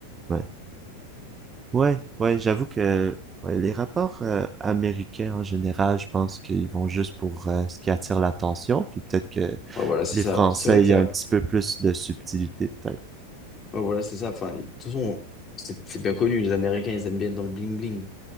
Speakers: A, on the right (about 20°); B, on the left (about 25°).
A: ouais. Ouais, ouais, j'avoue que ouais, les rapports euh, américains en général, je pense qu'ils vont juste pour euh, ce qui attire l'attention, puis peut-être que
B: Ouais, voilà, c'est
A: les
B: ça.
A: Français,
B: C'est vrai que
A: il y
B: les
A: a
B: rap-
A: un petit peu plus de subtilité, peut-être.
B: ouais, voilà, c'est ça. Enfin, de toute façon, c'est c'est bien connu. Les Américains, ils aiment bien être dans le bling-bling.